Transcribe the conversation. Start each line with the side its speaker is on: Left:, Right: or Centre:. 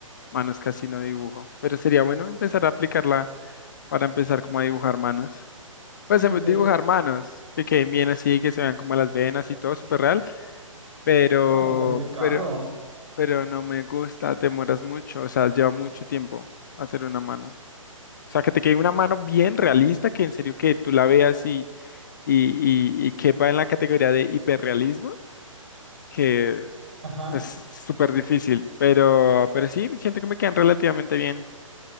Left: manos casi no dibujo. Pero sería bueno empezar a aplicarla para empezar como a dibujar manos.
Right: Sí,
Left: Pues
Right: porque,
Left: em- dibujar manos, que queden bien así, que se vean como las venas y todo súper real, pero,
Right: no, complicado.
Left: pero, pero no me gusta, te mueras mucho, o sea, lleva mucho tiempo hacer una mano. O sea, que te quede una mano bien realista, que en serio que tú la veas y, y, y, y quepa en la categoría de hiperrealismo, que
Right: Ajá.
Left: es súper difícil, pero, pero sí, siento que me quedan relativamente bien.